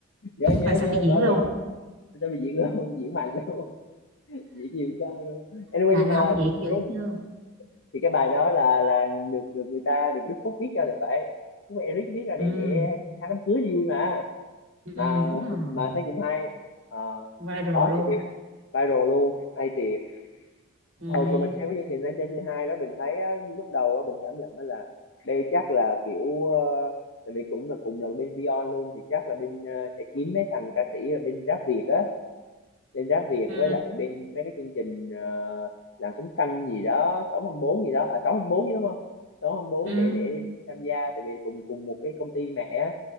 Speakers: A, on the left; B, on the right.
A: nhớ nhớ
B: rồi xong
A: nhớ
B: đi diễn
A: và
B: luôn
A: mình cho mày diễn luôn <laughs> diễn mạnh luôn diễn nhiều sao luôn anyway
B: là
A: nhưng
B: là
A: mà
B: không diễn dữ
A: đúng
B: chưa
A: thì cái bài đó là là được được người ta được Đức Phúc viết cho thì phải Đức Phúc Eric viết ra để
B: ừ
A: để hát đám cưới thì vui mà
B: ừ
A: mà
B: đúng rồi
A: <laughs> mà thấy cũng hay Ờ,
B: viral
A: đó
B: luôn
A: thì, thì viral luôn hay thiệt
B: ừ
A: hồi mà mình xem cái chương trình lên trên c hai đó mình thấy á, lúc đầu á, mình cảm nhận đó là đây chắc là kiểu ờ, tại vì cũng là cùng là bên Vion luôn thì chắc là bên ờ, sẽ kiếm mấy thằng ca sĩ là bên rap Việt á lên rap Việt
B: ừ
A: với lại bên mấy cái chương trình ờ, làng sống xanh gì đó sống năm bốn gì đó à sống năm bốn chứ đúng không sống năm bốn
B: ừ
A: để để tham gia tại vì cùng cùng một cái công ty mẹ á.